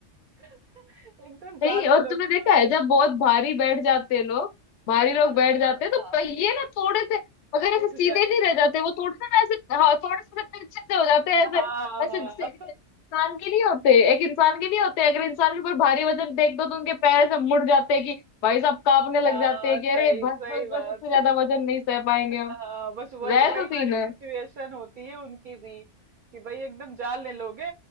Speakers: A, on the right; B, on the left.
A: <laughs> एकदम
B: नहीं
A: जान ले
B: और तुमने
A: लोगे
B: देखा
A: तो
B: है
A: मेरे
B: जब बहुत भारी बैठ जाते हैं लोग भारी लोग बैठ
A: हाँ
B: जाते
A: हाँ
B: हैं तो
A: हाँ
B: पहिए ना थोड़े से अगर ऐसे
A: उठ
B: सीधे
A: जाते
B: नहीं रह जाते वो थोड़े से ना ऐसे हाँ थोड़े से तिरछे से हो जाते हैं
A: हाँ
B: ऐसे ऐसे
A: हाँ
B: जैसे इंसान के लिए होते हैं एक इंसान के लिए होते हैं अगर इंसान के ऊपर भारी वजन देख दो तो उनके पैर ऐसे मुड़ जाते हैं कि भाई साहब कांपने लग
A: हाँ
B: जाते हैं कि
A: सही
B: अरे बस
A: सही
B: बस
A: बात
B: बस इससे ज्यादा वजन नहीं सह पाएंगे
A: हाँ
B: हम
A: बस वही
B: वैसा
A: वही
B: सीन
A: वाली
B: है
A: सिचुएशन होती है उनकी भी कि भाई एकदम जान ले लोगे